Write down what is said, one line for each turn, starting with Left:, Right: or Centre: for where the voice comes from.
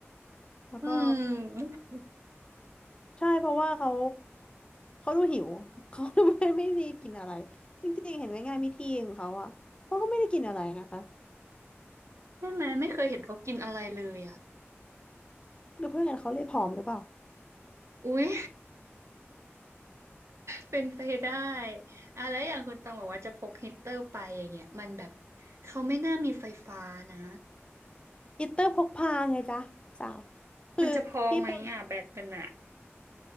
Left: แล้วก็
Right: อืม
Left: ใช่เพราะว่าเขาเขาดูหิว <laughs> เขาดูไม่ไม่ได้กินอะไรจริงๆเห็นไหมงานพิธีของเขาอ่ะเขาก็ไม่ได้กินอะไรนะคะ
Right: ใช่ไหมไม่เคยเห็นเขากินอะไรเลยอ่ะ
Left: หรือเพื่อนกันเขาเลยผอมหรือเปล่า
Right: อุ๊ย เป็นไปได้อะแล้วอย่างคุณตองบอกว่าจะพกฮีตเตอร์ไปอย่างเงี้ยมันแบบเขาไม่น่ามีไฟฟ้านะ
Left: ฮิตเตอร์พกพาไงจ๊ะสาวคือที่เป็น
Right: มันจะพอไหมอ่ะแบตมันอ่ะ